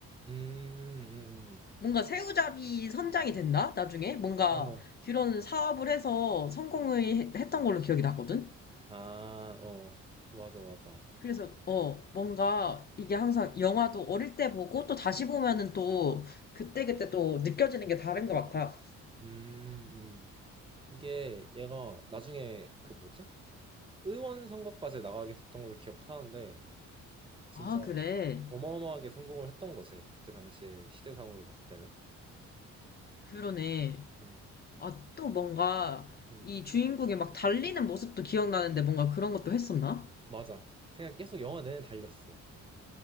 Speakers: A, on the right; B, on the left.
A: 음, 음, 음.
B: 뭔가 새우잡이 선장이 된다? 나중에? 뭔가
A: 어,
B: 그런 사업을 해서 성공을 해- 했던 걸로 기억이 나거든?
A: 아, 어, 맞아, 맞아.
B: 그래서, 어, 뭔가 이게 항상 영화도 어릴 때 보고 또 다시 보면은 또 그때그때 또 느껴지는 게 다른 것 같아.
A: 음, 음. 이게 얘가 나중에 그 뭐지? 의원 선거까지 나가게 됐던 걸로 기억하는데 진짜
B: 아, 그래.
A: 어마어마하게 성공을 했던 거지 그때 당시에 시대상으로 봤을 때는.
B: 그러네.
A: 음,
B: 아, 또 뭔가
A: 음,
B: 이 주인공이 막 달리는 모습도 기억나는데 뭔가 그런 것도 했었나?
A: 맞아. 그냥 계속 영화 내내 달렸어.